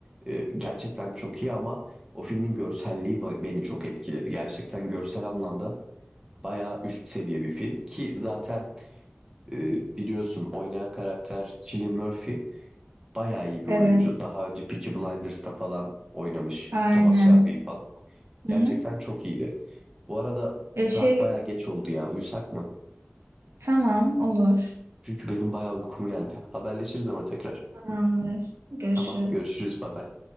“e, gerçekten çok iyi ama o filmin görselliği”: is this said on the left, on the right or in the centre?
Right